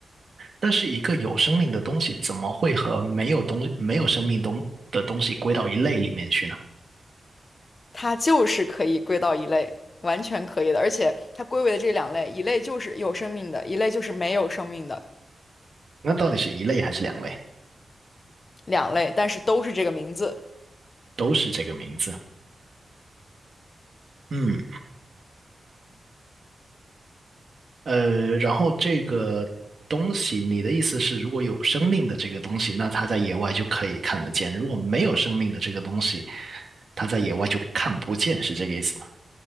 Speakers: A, on the right; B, on the left.
A: 但是一个有生命的东西怎么会和没有东没有生命东的东西归到一类里面去呢？
B: 它就是可以归到一类，完全可以的。而且它归为的这两类，一类就是有生命的，一类就是没有生命的，
A: 那到底是一类还是两类？
B: 两类，但是都是这个名字，
A: 都是这个名字。嗯，呃，然后这个东西，你的意思是，如果有生命的这个东西，那它在野外就可以看得见；如果没有生命的这个东西，它在野外就看不见，是这个意思吗？